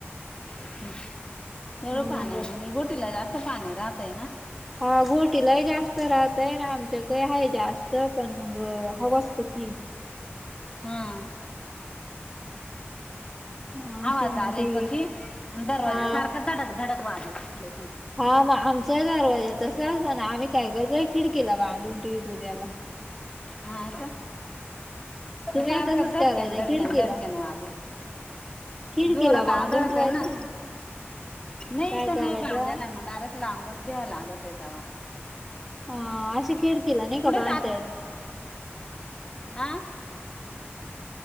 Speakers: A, on the left; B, in the centre.
A: <unintelligible> पाण्यामध्ये
B: मग
A: गोटीला जास्त पाणी राहतय ना?
B: हा, घोटीलाही जास्त राहतय, ना आमच्याकही आहे जास्त पण मग हवासप की.
A: हा.
B: हा
A: हवा
B: अशी
A: चाले
B: मग ती
A: पकी आणि दरवाजे
B: हा
A: सारखं धडक, धडक वाजे तिथलं ते.
B: हा, मग आमचा दरवाजा आहे तसा असत ना आम्ही काय करतोय, खिडकीला बांधून ठिवतो त्याला.
A: हा, आता
B: तुम्ही
A: सारख
B: तसंच
A: धडक्यान,
B: करायचा
A: धडक्यान,
B: खिडकीला
A: धडक्यान वाज-
B: खिडकीला
A: जोरात
B: बांधून
A: आदळत
B: ठेवायचं
A: आहे ना, नाही
B: काय
A: तर
B: करायचं
A: नाही बांधायला मग डायरेक्ट लावणार. <unintelligible> लागतय तवा.
B: हा आशे केडकीला नाय का
A: कुठे
B: बांधता येत.
A: आं?